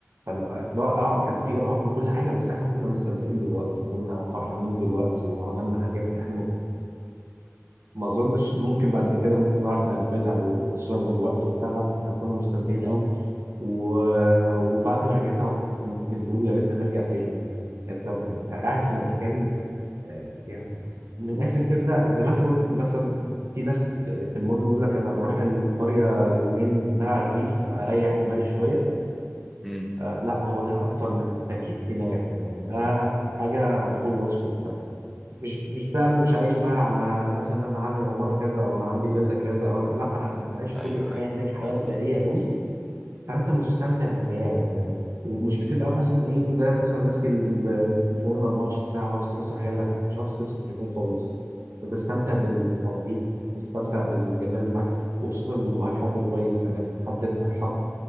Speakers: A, on the right (about 60°); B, in the centre.
A: فاللي هو اه كان في ارهاق وكل حاجة بس احنا كنا مستمتعين بالوقت كنا فرحانين بالوقت وعملنا حاجات احنا ما اظنش ممكن بعد كده ممكن نعرف نعملها خصوصا الوقت وبتاع لا احنا كنا مستمتعين قوي و... وبعد ما رجعنا بنقول يا ريت هنرجع تاني انت انت قاعد في مكان آه، يعني من الاخر كده زي ما انت كنت مثلا في ناس في المدن يقول لك انا بروح القريه يومين بتاع الريف اريح دماغي شويه
B: امم
A: آه لا هو ده اكتر من تريح دماغ يعني ده حاجه فوق الوصف مش مش بقى مش عايش بقى على مثلا انا عامل عماره كذا او انا عندي فيلا كذا او انا لا انت عايش
B: ايوه
A: كل الحياه
B: ايوه
A: هناك حياه
B: فاهم
A: بدائيه
B: قصدك
A: قوي فانت مستمتع بالحياه يعني ومش بتبقى مثلا ايه تلاقي مثلا ماسك التليفون 24 ساعه عاوز تبص على حاجه لا انت مش عاوز تمسك التليفون خالص أنت بتستمتع باللي حواليك بتستمتع بالجمال اللي معاك وخصوصا لو معاك حد كويس كمان حد انت حابه